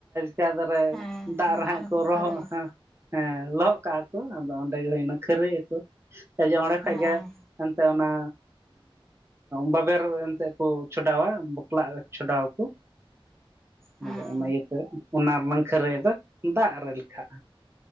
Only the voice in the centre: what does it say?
ᱦᱮᱸ
ᱨᱮᱠᱚ
ᱠᱷᱟᱹᱨᱟᱹᱭᱟ
ᱦᱮᱸ
ᱦᱮᱸ